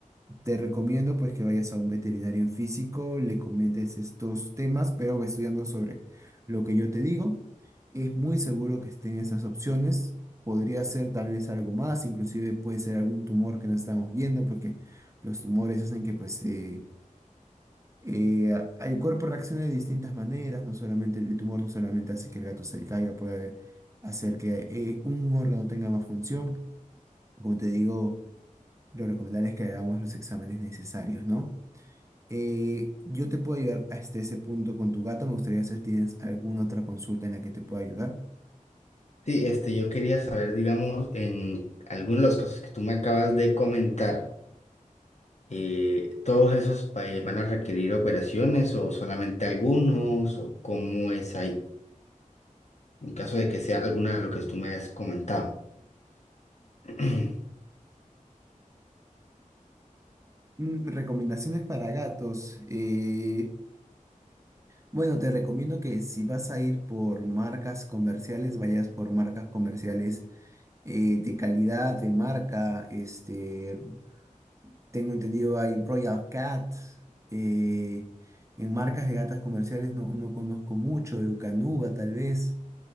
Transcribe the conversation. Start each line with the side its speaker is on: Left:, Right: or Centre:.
Right: te recomiendo pues que vayas a un veterinario en físico, le comentes estos temas, pero ve estudiando sobre lo que yo te digo. Es muy seguro que estén esas opciones. Podría ser tal vez algo más, inclusive puede ser algún tumor que no estamos viendo, porque los tumores hacen que pues eh, eh, a- el cuerpo reaccione de distintas maneras, no solamente el tumor, no solamente hace que el gato se caiga, puede hacer que eh, un órgano tenga más función. Como te digo, lo recomendable es que hagamos los exámenes necesarios, ¿no? Eh, yo te puedo ayudar hasta ese punto con tu gato. Me gustaría saber si tienes alguna otra consulta en la que te pueda ayudar.
Left: Sí, este, yo quería saber, digamos, en algunos de los casos que tú me acabas de comentar. Eh, ¿todos esos países van a requerir operaciones o solamente algunos o cómo es ahí? En caso de que sea alguna de lo que tú me has comentado. <clears throat>
Right: Mm, Recomendaciones para gatos. eh, bueno, te recomiendo que si vas a ir por marcas comerciales, vayas por marcas comerciales eh, de calidad, de marca. Este, tengo entendido hay Royal Cat. eh, en marcas de gatas comerciales no, no conozco mucho, Eukanuba tal vez.